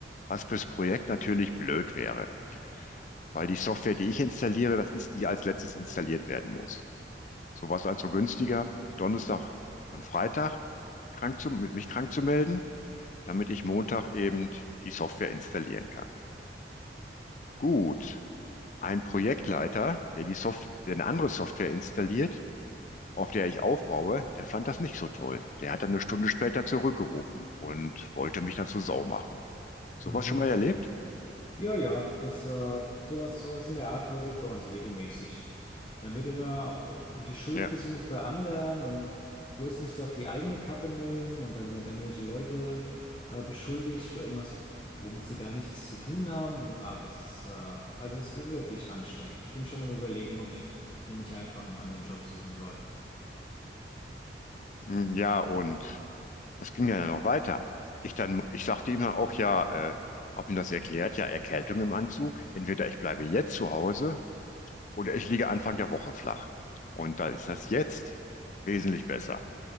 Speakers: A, on the left; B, on the left.
A: Was fürs Projekt natürlich blöd wäre, weil die Software, die ich installiere, das ist die, als letztes installiert werden muss. So war es also günstiger, Donnerstag und Freitag krank zu, mich krank zu melden, damit ich Montag eben die Software installieren kann. Gut, Ein Projektleiter, der die Soft der eine andere Software installiert, auf der ich aufbaue, der fand das nicht so toll. Der hat dann eine Stunde später zurückgerufen und wollte mich dazu sau machen. Sowas
B: Mhm.
A: schon mal erlebt?
B: Ja, ja, das, äh, sowas, sowas in der Art passiert bei uns regelmäßig. Dann wird immer auch äh, die Schuld
A: Ja,
B: gesucht bei anderen und bloß nichts auf die eigene Kappe nehmen und dann werden irgendwelche Leute äh, beschuldigt für irgendwas, womit sie gar nichts zu tun haben und ah, das ist, äh, also es ist wirklich anstrengend. Ich bin schon am Überlegen, ob ich mir nicht einfach einen anderen Job suchen soll.
A: Mm, ja, und das ging ja dann noch weiter. Ich dann, ich sagte ihm dann auch, ja, äh, hab ihm das erklärt, ja, Erkältung im Anzug. Entweder ich bleibe jetzt zu Hause oder ich liege Anfang der Woche flach. Und da ist das jetzt wesentlich besser.